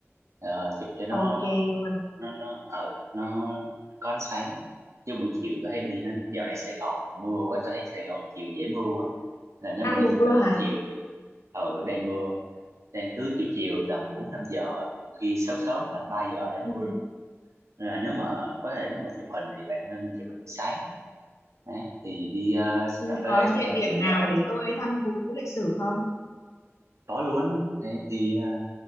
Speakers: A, on the right (about 75°); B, on the left (about 85°).
A: Ờ, chụp cho nó
B: ok luôn
A: nó nó ở nó có ánh sáng chứ buổi chiều tôi thấy đi nó dạo này Sài Gòn mưa quá tôi thấy Sài Gòn chiều dễ mưa quá là nếu
B: đang
A: mà đi
B: mùa
A: chụp
B: mưa
A: hình buổi
B: hả
A: chiều thì ở đang mưa đang cứ chiều chiều tầm bốn năm giờ nhiều khi sớm sớm là ba giờ đã
B: ừ
A: mưa rồi nên là nếu mà có thể nếu mà chụp hình thì bạn nên đi chụp hình buổi sáng đấy, thì đi ờ,
B: ừ,
A: cà phê
B: có địa
A: xong rồi
B: điểm
A: dạo dạo
B: nào để tôi thăm thú lịch sử không
A: tối luôn đấy, thì ờ,